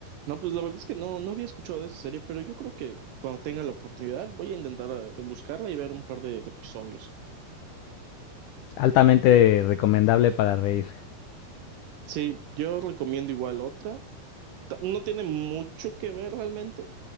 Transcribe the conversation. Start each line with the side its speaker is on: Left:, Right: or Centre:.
Right: No, pues la verdad es que no, no había escuchado de esa serie, pero yo creo que cuando tenga la oportunidad voy a intentar eh, buscarla y ver un par de, de episodios.
Left: Altamente recomendable para reír.
Right: Sí, yo recomiendo igual otra. Ta- No tiene mucho que ver realmente,